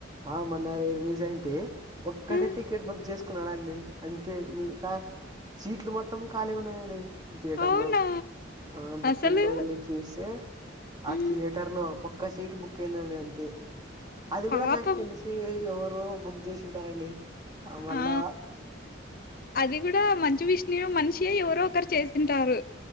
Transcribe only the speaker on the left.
ఆ,
అవునా
అసలు
మ్
పాపం
ఆ అది గూడా మంచి విష్ణుయ్ మనిషి ఎవరో ఒకరు చేసింటారు